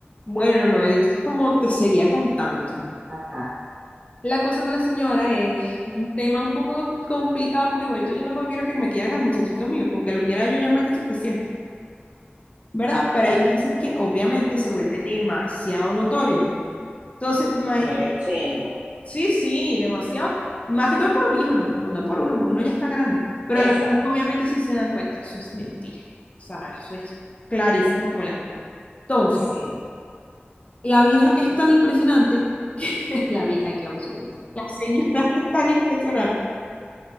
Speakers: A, on the left; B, on the right.
A: Bueno, Noel, entonces como te seguía contando,
B: Ajá,
A: la cosa con la señora es un tema un poco complicado porque igualito yo tampoco quiero que me quieran al muchachito mío, aunque lo quiera yo ya más que suficiente, ¿verdad? Pero
B: exacto.
A: hay veces que obviamente se vuelve demasiado notorio. Entonces, ma-
B: No, y es chimbo.
A: sí, sí, demasiado, más que todo por mi hijo, no, no por uno, porque uno ya está grande, pero
B: Exacto,
A: los niños obviamente sí se dan cuenta, eso es mentira, o sea, eso es clarísimo como el agua. Entonces,
B: sí.
A: la vieja es tan impresionante <laughs> La vieja y que abuso, bueno. La señora <laughs> es tan impresionante.